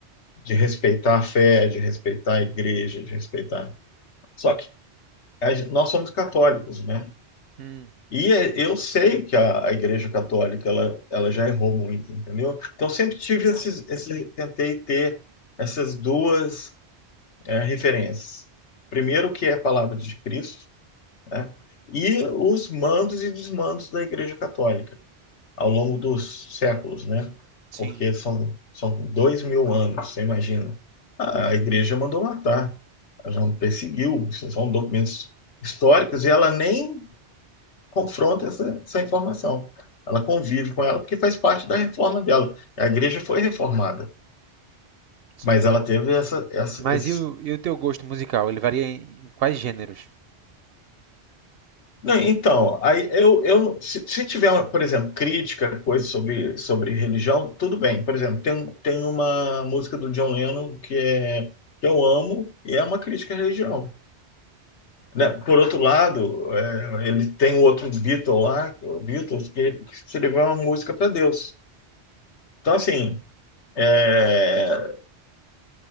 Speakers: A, on the left; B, on the right.
A: de respeitar a fé, de respeitar a igreja, de respeitar. Só que a nós somos católicos, né?
B: Hum,
A: E é- eu sei que a, a Igreja Católica ela, ela já errou muito, entendeu? Então sempre tive esses, esse, tentei ter essas duas é, referências. Primeiro o que é a palavra de Cristo, né? E os mandos e desmandos da Igreja Católica ao longo dos séculos, né?
B: sim,
A: Porque são são dois mil anos, você imagina? A, a Igreja mandou matar, ela já perseguiu, são documentos históricos e ela nem confronta essa, essa informação. Ela convive com ela porque faz parte da reforma dela. A igreja foi reformada,
B: sim.
A: mas ela teve essa, essa
B: Mas
A: esses
B: e o, e o teu gosto musical? Ele varia em, em quais gêneros?
A: não, então, aí eu, eu se, se tiver, por exemplo, crítica, coisa sobre, sobre religião, tudo bem. Por exemplo, tem, tem uma música do John Lennon que, é, que eu amo e é uma crítica à religião. Né? Por outro lado, é, ele tem o outro Beatle lá, o Beatles, que, que escreveu uma música para Deus. Então, assim, é,